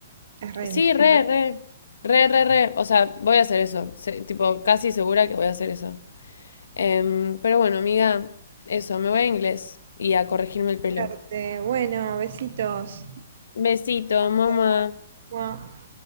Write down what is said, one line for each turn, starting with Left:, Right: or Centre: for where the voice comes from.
Right: es re
Left: Sí,
Right: lindo.
Left: re, re, re, re, re, o sea, voy a hacer eso, se- tipo, casi segura que voy a hacer eso. Em, pero bueno, amiga, eso, me voy a inglés y a corregirme el pelo.
Right: Suerte. Bueno, besitos.
Left: Besito,
Right: Hasta
Left: mamá.
Right: luego. Mua.